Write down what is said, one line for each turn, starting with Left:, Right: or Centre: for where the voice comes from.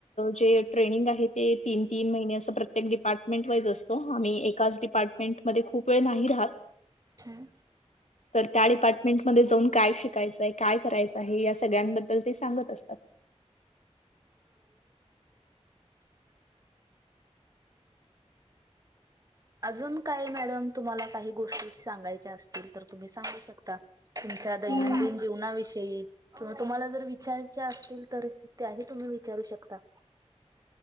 Left: जे ट्रेनिंग आहे. ते तीन तीन महिने असं प्रत्येक डिपार्टमेंट वाईज असतो. आम्ही एकाच डिपार्टमेंटमध्ये खूप. वेळ नाही राहत
Right: हम्म.
Left: तर त्या डिपार्टमेंट मध्ये जाऊन काय शिकायचंय काय करायचं आहे. या सगळ्यांबद्दल ते सांगत असतात.
Right: अजून काय मॅडम तुम्हाला काही गोष्टी सांगायच्या असतील तर तुम्ही सांगू शकता. तुमच्या दैनंदिन
Left: म्हणून
Right: जीवनाविषयी.... किंवा तुम्हाला जर विचारायचे असतील. तर त्याही तुम्ही विचारू शकता.